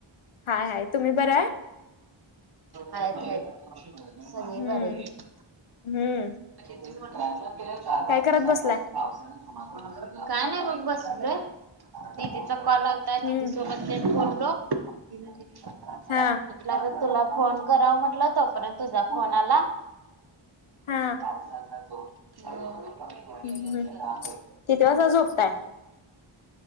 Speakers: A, on the left; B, on the right.
A: हाय हाय तुम्ही बरं आहे
B: हाते सगळे
A: हम्म
B: बरेत
A: हम्म
B: म्ह गेल्या चार
A: काय
B: पाच
A: करत
B: दिवसांचा
A: बसलाय
B: पाऊस काय नाही बग बसलोयदीदीचा कोल आलता
A: हम्म
B: दीदीस़ोबतयेकघोट हॅलो हा
A: हा
B: म्हटलं तुला फोन कराव म्हटल तोपर्यंत तुझा फोन आला
A: हा
B: पावसाचा जो र हळु हळु कमी होत
A: हम्म
B: आहे
A: किती वाजता झोपताय?